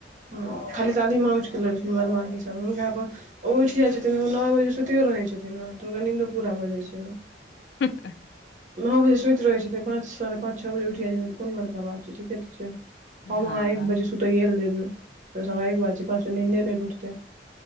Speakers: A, on the right (about 45°); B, on the left (about 70°).
A: ह खाली दादी माँ उठ कऽ लेलखिन बदमाकी सब हुनका पर ओ उठि जाइत छथिन ओ नओ बजे सुतियो रहैत छथिन ने तऽ हुनका नीन्दो पूरा भऽ जाइत छनि
B: हुँ हह
A: नौऊ बजे सुइत रहै छै पाँच साढ़े पाँच छओ बजे उठि जाय छथिन तऽ कोन बड़का बात छै ठीके तऽ छै
B: हँ
A: हम अहाँ एक बजे सुतैये ल जेबै तऽ सवा एक बाजे छै पांच बजे निन्दे नहि टुटते